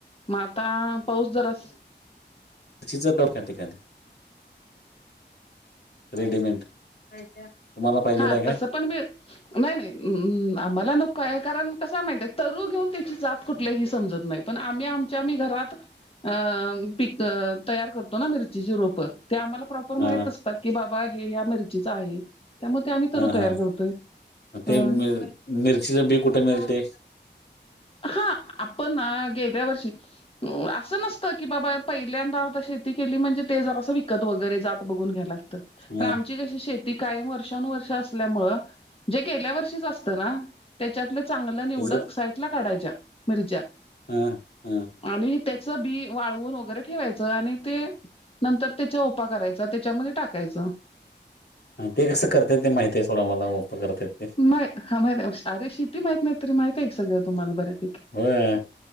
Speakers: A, on the left; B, on the left.
A: मग आता पाऊस जरा
B: शिजत डक <unintelligible> ठिकाणी. रेडीमेंट तुम्हाला पाहिजेल
A: हा
B: आहे काय?
A: तसं पण मीळ नाही नाही आम्हाला नकोय कारण कसा माहित आहे तरु घेऊन त्याची जात कुठल्याही समजत नाही. पण आम्ही आमच्या आम्ही घरात अ पीक तयार करतो ना मिरचीचे रोप ते आम्हाला प्रॉपर माहित
B: हा
A: असतात. की बाबा हे ह्या मिरचीचा आहे. त्यामुळे ते आम्ही तरू
B: हा
A: तयार
B: हा
A: करतोय
B: ते
A: होय
B: मि मिरचीच बी कुठे मिळते?
A: हा आपण ना गेल्यावर्षी असं नसतं की बाबा पहिल्यांदा आता शेती केली म्हणजे ते जरा असं विकत वगैरे जात बघून घ्यायला पण
B: हा
A: आमची
B: हा
A: कशी शेती कायम वर्षानुवर्ष असल्यामुळे जे गेल्या वर्ष असतं ना त्याच्यात चांग निवड
B: त्याच
A: सायटला काढायच्या मिर्च्या
B: ह ह
A: आणि त्याचं बी वाळवून वगैरे ठेवायचं आणि ते नंतर त्याच्या ओपा करायचा ते त्याच्यामध्ये टाकायच
B: ते कसं करतेत ते माहिती आहे सोडा मला ओप करतेत ते
A: मा हा माहित आहे अरे शिती माहित नाहीत तरी माहित आहे एक सगळं तुम्हाला बऱ्यापैकी
B: होय